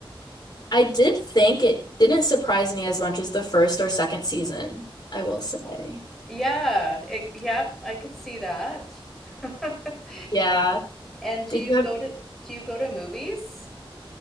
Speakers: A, on the left (about 45°); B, in the centre.
A: I did think it didn't surprise me as much as the first or second season, I will say.
B: Yeah, it, yep, I could see that. <laughs>
A: Yeah.
B: And do
A: Did
B: you
A: you
B: go
A: have,
B: to do you go to movies?